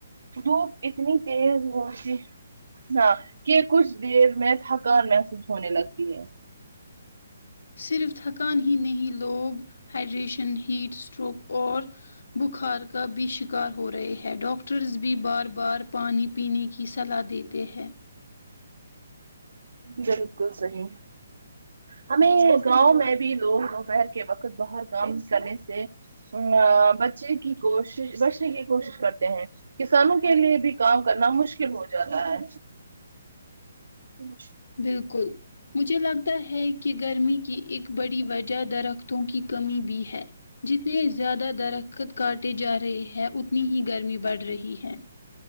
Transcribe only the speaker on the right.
دھوپ اتنی تیز ہوی ہاں کہ کچھ دیر میں تھکان محسوس ہونے لگتی ہے
بلکل صحی ہمیں گاؤں میں بھی لوگ دوپہر کے وقت باہر کام کرنے سے ا بچے کی کوشش بچنے کی کوشش کرتے ہیں کسانوں کے لیے بھی کام کرنا مشکل ہو جاتا ہے اچ